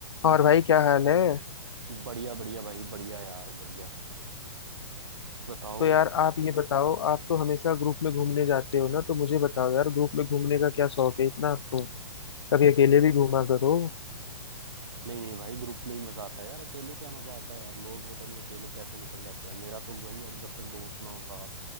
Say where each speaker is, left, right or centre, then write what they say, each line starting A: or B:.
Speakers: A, on the left; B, on the right.
A: और भाई क्या हाल है
B: बढ़िया बढ़िया भाई बढ़िया यार बढ़िया बताओ
A: तो यार आप ये बताओ आप तो हमेशा ग्रुप में घूमने जाते हो ना तो मुझे बताओ यार ग्रुप में घूमने का क्या शौक है इतना आपको कभी अकेले भी घूमा करो
B: नहीं नहीं भाई ग्रुप में ही मजा आता है यार अकेले क्या मजा आता है यार लोग पता नहीं अकेले कैसे निकल जाते हैं मेरा तो भाई अब जब तक दोस्त ना हो साथ